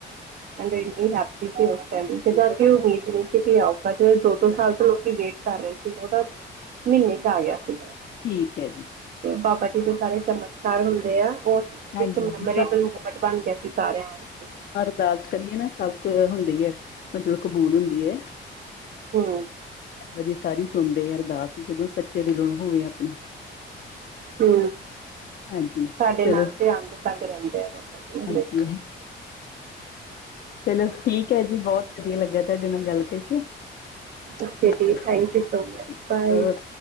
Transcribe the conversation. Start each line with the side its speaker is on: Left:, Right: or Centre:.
Right: ਐਮ ਵੈਰੀ ਹੈਪੀ ਕਿ ਉਸ ਟਾਇਮ ਜਦ ਕਿ ਇਹ ਉਮੀਦ ਨਹੀਂ ਸੀ ਕਿ ਓ ਆਓ। ਅਜੇ ਦੋ ਦੋ ਸਾਲ ਤੋਂ ਲੋਕੀ ਵੇਟ ਕਰ ਰਹੇ ਸੀ, ਉਹ ਤਾਂ ਮਹੀਨੇ ਚ ਆ ਗਿਆ ਸੀਗਾ।
Left: ਠੀਕ ਏ ਜੀ।
Right: ਬਾਬਾ ਜੀ ਦੇ ਸਾਰੇ ਚਮਤਕਾਰ ਹੁੰਦੇ ਆ ਓ।
Left: ਹਾਂਜੀ
Right: ਇੱਕ ਮੈਮੋਰੇਬਲ
Left: ਬਸ
Right: ਮੂਮੈਂਟ ਬਣ ਗਿਆ ਸੀ ਸਾਰਿਆਂ ਵਾਸਤੇ।
Left: ਅਰਦਾਸ ਕਰੀਏ ਨਾ ਸਭ ਕੁ ਹੁੰਦੀ ਏ, ਮਤਲਬ ਕਬੂਲ ਹੁੰਦੀ ਏ।
Right: ਹੂ
Left: ਵਜੇ ਸਾਰੀ ਸੁਣਦੇ ਅਰਦਾਸ ਜਦੋਂ ਸੱਚੇ ਦਿਲੋਂ ਹੋਵੇ ਆਪਣੀ।
Right: ਹੂ।
Left: ਹਾਂਜੀ
Right: ਸਾਡੇ
Left: ਚਲੋ
Right: ਨਾਲ ਤੇ ਅੰਗ ਤਗ ਰਹਿੰਦੇ ਹੈ ਬਾਬਾ ਜੀ
Left: ਹਾਂਜੀ
Right: ਹਮੇਸ਼ਾ
Left: ਚਲੋ ਠੀਕ ਹੈ ਜੀ ਬਹੁਤ ਵਧੀਆ ਲੱਗਾ ਤੁਹਾਡੇ ਨਾਲ ਗੱਲ ਕਰਕੇ
Right: ਓਕੇ
Left: ਠੀਕ
Right: ਜੀ
Left: ਹੈ
Right: ਥੈਂਕ ਯੂ ਸੋ ਮਚ ਬਾਏ।
Left: ਓਕੇ